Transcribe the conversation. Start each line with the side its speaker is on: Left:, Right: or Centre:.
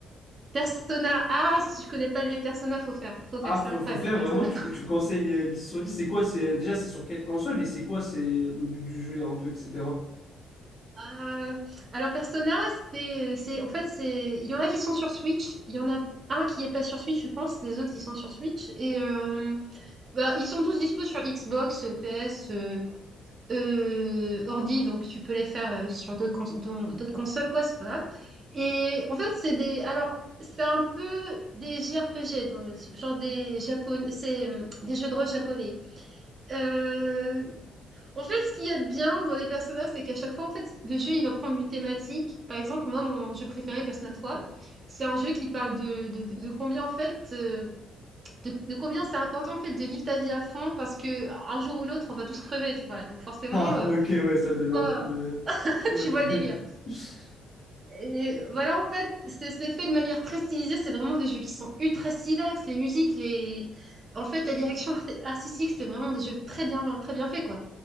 Right: Persona ah si tu connais pas les Persona, faut faire. Faut
Left: Ah,
Right: faire, c'est
Left: faut,
Right: incroyable,
Left: faut faire
Right: les Persona.
Left: vraiment, tu,
Right: <laughs>
Left: tu conseilles euh, 10 sur dix C'est quoi? C'est, euh, déjà, c'est sur quelle console et c'est quoi? C'est le but du jeu, un peu, etc. <laughs>
Right: Euh, alors, Persona, c'est, c'est, en fait, c'est, il y en a qui sont sur Switch. Il y en a un qui est pas sur Switch, je pense. Les autres, ils sont sur Switch. Et euh, bah, ils sont tous dispo sur Xbox, PS, euh, ordi, donc tu peux les faire euh, sur d'autres cons- dans- d'autres consoles, quoi, c'est pas grave. Et en fait, c'est des. Alors, c'est un peu des JRPG, donc, genre des japon c'est euh, des jeux de rôle japonais. Euh, en fait, ce qu'il y a de bien dans les personnages, c'est qu'à chaque fois, en fait, le jeu, il va prendre une thématique. Par exemple, moi, mon jeu préféré, Persona trois c'est un jeu qui parle de, de, de combien, en fait, euh, de, de combien c'est important, en fait, de vivre ta vie à fond, parce que un jour ou l'autre, on va tous crever, tu vois. Donc, forcément,
Left: Ah,
Right: euh,
Left: ok, ouais, ça
Right: faut
Left: donne
Right: pas
Left: envie de. Ok.
Right: tu vois le délire.
Left: <laughs>
Right: Et voilà, en fait, c'est c'est fait de manière très stylisée. C'est vraiment des jeux qui sont ultra stylax. Les musiques, les... En fait, la direction art- artistique, c'est vraiment des jeux très bien, très bien faits, quoi.